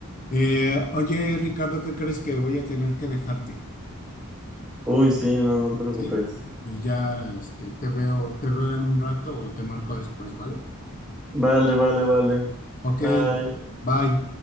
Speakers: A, on the left; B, in the centre.
A: Eh, oye, Ricardo, ¿qué crees que voy a tener que dejarte?
B: Uy, sí, no, no te preocupes.
A: Sí, y ya este, te veo, te veo en un rato o te marco después, ¿vale?
B: Vale, vale, vale.
A: Ok,
B: Bye.
A: bye.